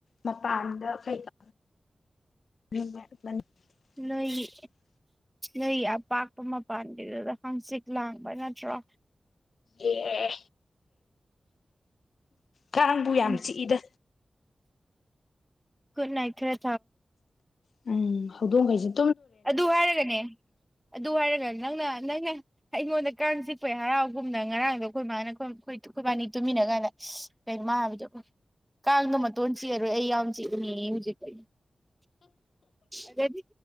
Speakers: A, on the left (about 80°); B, in the centre.
A: ꯃꯄꯥꯟꯗ ꯀꯩ ꯇ <unintelligible>
B: ꯅꯣꯏꯒꯤ ꯅꯣꯏꯒꯤ ꯑꯄꯥꯛꯄ ꯃꯄꯥꯟꯒꯤꯗꯨꯗ ꯍꯪꯆꯤꯛ ꯂꯥꯡꯕ ꯅꯠꯇ꯭ꯔꯣ
A: ꯑꯦ ꯀꯥꯡꯕꯨ ꯌꯥꯝ
B: ꯎꯝ
A: ꯆꯤꯛꯏꯗ
B: ꯨꯗ ꯏꯠ ꯔꯦ
A: ꯎꯝ ꯍꯧꯗꯣꯡꯈꯩꯁꯤꯦ
B: ꯑꯗꯨ ꯍꯥꯏꯔꯒꯅꯦ ꯑꯗꯨ ꯍꯥꯏꯔꯒ ꯅꯪꯅ ꯅꯪꯅ ꯑꯩꯉꯣꯟꯗ ꯀꯥꯡ ꯆꯤꯛꯄ ꯍꯔꯥꯎꯒꯨꯝꯅ ꯉꯔꯥꯡꯗꯣ ꯑꯩꯈꯣꯏ ꯃꯥꯅ ꯑꯩꯈꯣꯏ ꯑꯩꯈꯣꯏꯕꯥꯅꯤ ꯇꯨꯃꯤꯟꯅ ꯀꯥꯟꯗ ꯀꯩꯅꯣ ꯃꯥ ꯍꯥꯏꯕꯗꯣ ꯀꯥꯡꯗꯣ ꯃꯇꯣꯟ ꯆꯤꯛꯑꯔꯣꯏ ꯑꯩ ꯌꯥꯝ ꯆꯤꯛꯏꯅꯤ ꯍꯧꯖꯤꯩꯅꯗꯤ